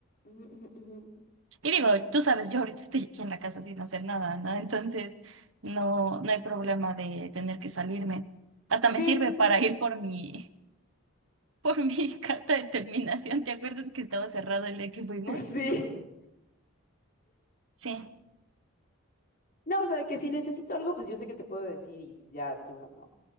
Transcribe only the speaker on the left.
ujú, ujú, ujú.
Sí,
sí, sí.
<laughs> Sí.
No, o sea, de que si necesito algo, pues yo sé que te puedo decir y pues ya tú vas, ¿no?